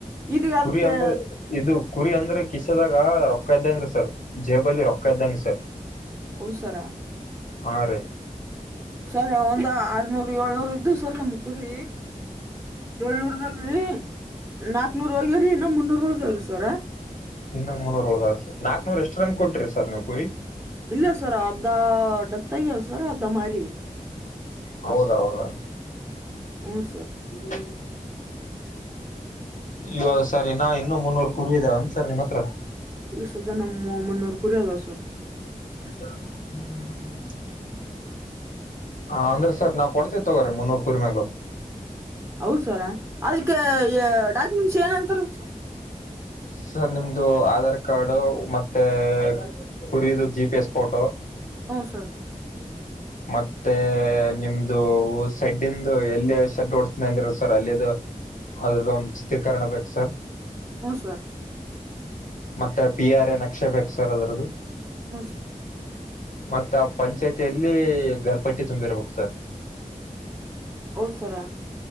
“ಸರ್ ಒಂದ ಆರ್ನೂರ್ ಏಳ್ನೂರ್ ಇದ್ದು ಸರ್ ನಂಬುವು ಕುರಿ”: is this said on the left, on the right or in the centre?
Right